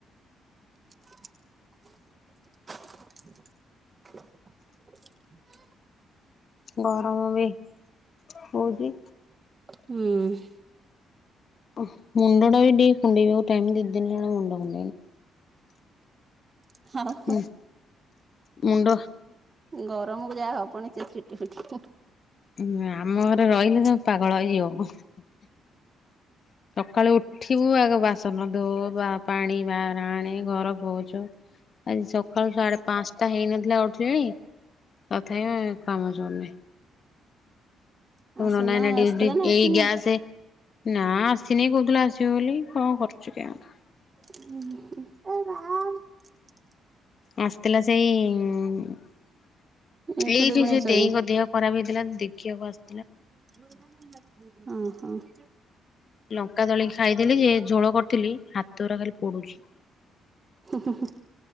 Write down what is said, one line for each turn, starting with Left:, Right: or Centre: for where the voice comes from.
Right: <inaudible> <inaudible>
Left: ଗରମ ବି ହଉଛି
Right: ହୁଁ
Left: ଓ ହୋ ମୁଣ୍ଡଟା ବି ଟିକେ କୁଣ୍ଡେଇ ବାକୁ ଟାଇମ କେତେ ହେଲାଣି ମୁଣ୍ଡ କୁଣ୍ଡେଇନି
Right: <inaudible> ଆଉ
Left: ହୁଁ ମୁଣ୍ଡ
Right: ଗରମକୁ ଯାହା ହବଣି ପୁଣି ସେ ଚୁଟିଫୁଟି
Left: ହୁଁ ଆମ ଘରେ ରହିଲେ ସବୁ ପାଗଳ ହବ ସକାଳୁ ଉଠିବୁ ଆଗ ବାସନ ଦୋ ବା ପାଣି ବା ଆଣେ ଘର ପୋଛ ଆଜି ସକାଳୁ ସାଢେପାଞ୍ଚଟା ହେଇନଥିଲା ଉଠିଲିଣି ତଥାପି କାମ ସରୁନି
Right: ଆଉ
Left: ତମ ନନା
Right: ସୁନା
Left: ଏଇନା ଡିଉଟି
Right: ଆସିଥିଲା ନା ଆସିନି?
Left: ଏଇ ଗ୍ୟାସ ନା ଆସିନି କୋଉଥିଲା ଆସିବ ବୋଲି କଣ କରୁଛୁ କେହାଣି
Right: <inaudible>
Left: ଆସିଥିଲା ସେଇ ଇଁ ଉଁ।
Right: ଏ
Left: ଏଇଠି
Right: ଖୁଦୁରୁକୁଣୀ
Left: ସେ
Right: ଓଷାକୁ
Left: ଦେଇଙ୍କ ଦେହଖରାପ ହେଇଥିଲା ଦେଖିବାକୁ ଆସି
Right: ଦଉନାହାଁନ୍ତି ମୁଁ ମାଜିଦେବି ଓ ହ।
Left: ଲଙ୍କାଦଳିକି ଖାଇଦେଲି ଯେ ଝୋଳ କରିଥିଲି ହାତଗୁରା ଖାଲି ପୋଡୁଛି।
Right: ହୁଁ ହୁଁ